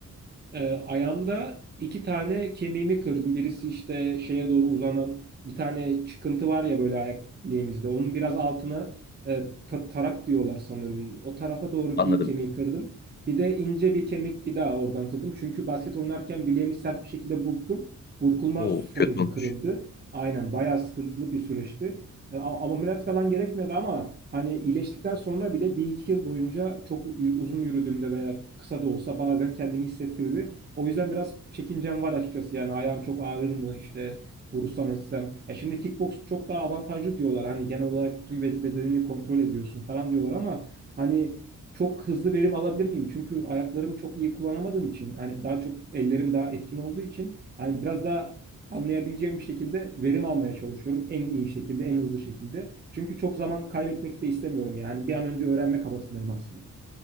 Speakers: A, on the right; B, on the left.
A: Ee, ayağımda iki tane kemiğimi kırdım. Birisi işte şeye doğru uzanan bir tane çıkıntı var ya böyle ayak bileğimizde. Onun biraz altına e, ta- tarak diyorlar sanırım. O tarafa doğru
B: Anladım.
A: bir kemiği kırdım. Bir de ince bir kemik bir daha oradan kırdım. Çünkü basket oynarken bileğimi sert bir şekilde burktum. Burkulma
B: Oo,
A: sonucu
B: kötü olmuş
A: kırıldı. Aynen bayağı sıkıntılı bir süreçti. E, a- ameliyat falan gerekmedi ama hani iyileştikten sonra bile bir iki yıl boyunca çok u- uzun yürüdüğümde veya kısa da olsa bazen kendini hissettirdi. O yüzden biraz çekincem var açıkçası yani ayağım çok ağrır mı işte vurursam etsem. Ya şimdi kickbox çok daha avantajlı diyorlar hani genel olarak bütün be- bedenini kontrol ediyorsun falan diyorlar ama hani çok hızlı verim alabilir miyim? Çünkü ayaklarımı çok iyi kullanamadığım için hani daha çok ellerim daha etkin olduğu için hani biraz daha anlayabileceğim bir şekilde verim almaya çalışıyorum. En iyi şekilde, en hızlı şekilde. Çünkü çok zaman kaybetmek de istemiyorum yani. Bir an önce öğrenmek kabasındayım aslında.